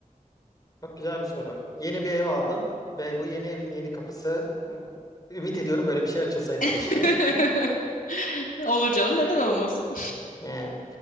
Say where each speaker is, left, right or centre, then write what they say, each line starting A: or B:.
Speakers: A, on the left (about 25°); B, on the left (about 75°).
A: Çok güzel bir soru. Yeni bir ev aldım ve bu yeni evin yeni kapısı ümit ediyorum böyle bir şey açılsaydı keşke.
B: <laughs>
A: <laughs>
B: Olur canım neden olmasın?
A: Yani